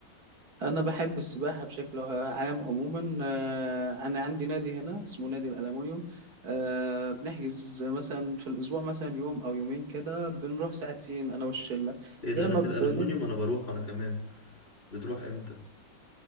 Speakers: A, on the right (about 60°); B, on the left (about 30°).
A: انا بحب السباحة بشكل عام عموما آه انا عندي نادي هنا اسمه نادي الألمونيوم آه بنحجز مثلا في الاسبوع مثلا يوم او يومين كده بنروح ساعتين انا والشلة
B: ايه ده
A: يا
B: نادي
A: اما بننزل
B: الألمونيوم انا بروح وانا كمان بتروح امتى